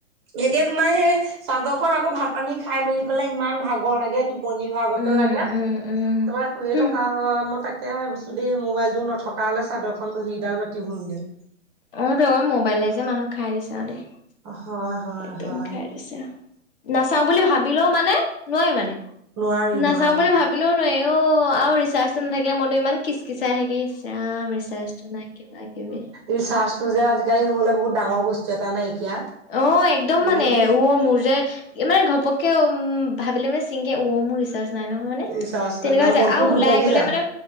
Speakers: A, on the right; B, on the left.
A: এতিয়া তোমাৰ সেই চাদৰখন আকৌ ভাত পানী খাই মেলি পেলাই ইমান ভাগৰ লাগে। টোপনি ধৰা আগতে
B: উম
A: লাগে তাৰপৰা
B: উম উম
A: শুইে
B: হুম
A: থকা হয়। মই তাক এতিয়া ভাবিছো দেই মোবাইলটো নথকা হ'লে চাদৰখনো দহি ডাল বাতি হ'ল হেতেন।
B: অ', তো আকৌ মোবাইলে যে মানুহক খাই দিছে আৰু দেই।
A: হয় হয়
B: একদম
A: হয়
B: খাই দিছো আৰু নাচাওঁ বুলি ভাবিলও মানে নোৱাৰি মানে
A: নোৱাৰি
B: নাচাওঁ
A: নোৱাৰি
B: বুলি ভাব নোৱাৰি অ' আৰু ৰিচাৰ্টো নাথাকিলে মনটো ইমান কিচকিচাই থাকে। ইচি ৰাম ৰিচাৰজো নাই কিবা কিবি।
A: ৰিচাৰ্জতটো যে আজিকালি নহ'লে বহুত ডাঙৰ বস্তু এটা নাইকিয়া।
B: অ', একদম
A: এই
B: মানে অও মোৰ যে ই মানে ঘপকে উম ভাবিলে মানে ছিংগে মোৰ ৰিৰ্চাজ নাই নহয়। অ', মানে
A: ৰিচাৰ্জ
B: তেনেকুৱা
A: নাই নহয়
B: হৈ যায়
A: মনটো
B: আৰু
A: দুখ
B: ওলাই
A: লাগি
B: গ'লে
A: যায়।
B: মানে